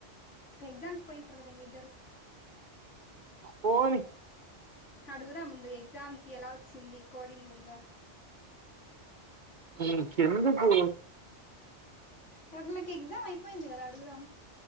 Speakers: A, on the left; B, on the right.
A: ఎక్సమ్ కీ పోయితారు కదా ఇంగ ఇద్దరు
B: పోని
A: అడుగుదాండు ఎగ్జామ్ కి ఎలా వచ్చింది కోడింగ్ ఉందా
B: నికి ఎందుకు
A: అ నాకు ఎగ్జామ్ అయిపోయింది కదా అడుగుదాం